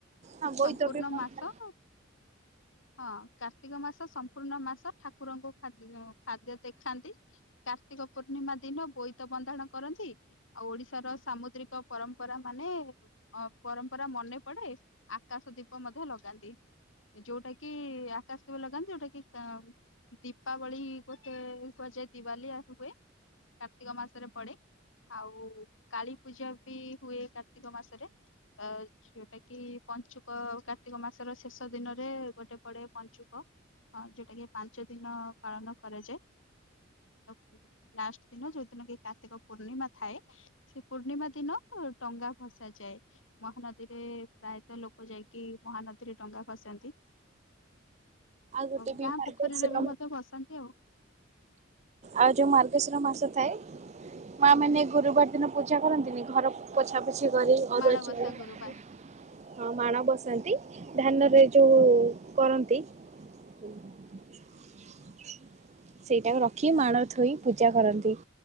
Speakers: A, on the right (about 35°); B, on the left (about 80°).
A: ହଁ
B: ସମ୍ପୂର୍ଣ୍ଣ
A: ବୋଇତ ବି ପନ୍ଥା।
B: ମାସ। ହଁ କାର୍ତ୍ତିକ ମାସ ସମ୍ପୂର୍ଣ୍ଣ ମାସ ଠାକୁରଙ୍କୁ ଖା ଖାଦ୍ୟ ଦେଖାନ୍ତି। କାର୍ତ୍ତିକ ପୂର୍ଣ୍ଣିମା ଦିନ ବୋଇତ ବନ୍ଦାଣ କରନ୍ତି। ଆଉ ଓଡିଶାର ସାମୁଦ୍ରିକ ପରମ୍ପରା ମାନେ ଅ ପରମ୍ପରା ମନେ ପଡେ। ଆକାଶ ଦୀପ ମଧ୍ୟ ଲଗାନ୍ତି ଯୋଉଟା କି ଆକାଶ ଦୀପ ଲଗାନ୍ତି ଯୋଉଟା କି ଙ୍କ। ଦୀପାବଳି ଗୋଟେ କୁହାଯାଏ ଦିିବାଲି <unintelligible> ହୁଏ କାର୍ତ୍ତିକ ମାସରେ ପଡେ। ଆଉ କାଳୀ ପୂଜା ବି ହୁଏ କାର୍ତ୍ତିକ ମାସରେ। ଆ ଯୋଉଟା କି। ପଞ୍ଚୁକ କାର୍ତ୍ତିକ ମାସର ଶେଷ ଦିନରେ ଗୋଟେ ପଡେ ପଞ୍ଚୁକ। ହଁ ଯୋଉଟା କି ପାଞ୍ଚ ଦିନ ପାଳନ କରାଯାଏ ତ। ଲାଷ୍ଟ ଦିନ ଯୋଉ ଦିନ କି କାର୍ତ୍ତିକ ପୂର୍ଣ୍ଣିମା ଥାଏ ସେ ପୂର୍ଣ୍ଣିମା ଦିନକୁ ଡଙ୍ଗା ଭସା ଯାଏ ମହାନଦୀରେ ପ୍ରାୟ ତ ଲୋକ ଯାଇକି ମହାନଦୀରେ ଡଙ୍ଗା ଫସାନ୍ତି
A: ଗୋଟେ
B: ଆଉ
A: ବି
B: ଗାଁ
A: ମାର୍ଗଶିର
B: ପୋଖରୀରେ ବି ମଧ୍ୟ ଭସାନ୍ତି ଆଉ
A: ଆଉ ଯୋଉ ମାର୍ଗଶିର ମାସ ଥାଏ ମା ମାନେ ଗୁରୁବାର ଦିନ ପୂଜା କରନ୍ତିନି ଘର ପୋଛା ପୋଛି କରି ଅରୁଆ
B: ମାଣବସା
A: ଚାଉଳ ବାଟି
B: ଗୁରୁବାର
A: ହଁ ମାଣ ବସାନ୍ତି ଧାନରେ ଯୋଉ କରନ୍ତି <inaudible> ସେଇଟାକୁ ରଖି ମାଣ ଥୋଇ ପୂଜା କରନ୍ତି।